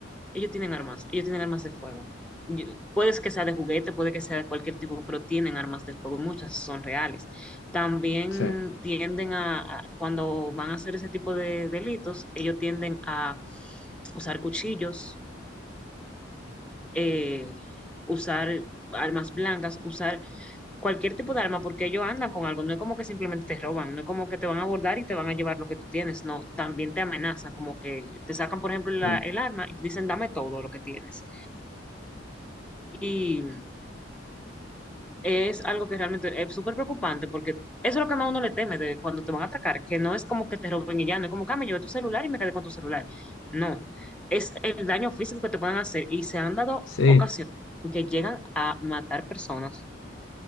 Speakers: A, in the centre; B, on the left (about 85°).
A: Ellos tienen armas, ellos tienen armas de fuego. Yo- Puede que sea de juguete, puede que sea de cualquier tipo, pero tienen armas de fuego, muchas son reales. También
B: Sí,
A: tienden a, a- cuando van a hacer ese tipo de delitos, ellos tienden a usar cuchillos, eh, usar armas blancas, usar cualquier tipo de arma, porque ellos andan con algo, no es como que simplemente te roban, no es como que te van a abordar y te van a llevar lo que tú tienes, no, también te amenazan, como que te sacan, por ejemplo, la-
B: sí.
A: el arma y te dicen, dame todo lo que tienes. Y es algo que realmente es súper preocupante porque eso es lo que más uno le teme de cuando te van a atracar, que no es como que te roben y ya, no es como que "Ah, me llevé tu celular y me quedé con tu celular. No, es el daño físico que te pueden hacer y se han dado
B: Sí.
A: ocasiones en que llegan a matar personas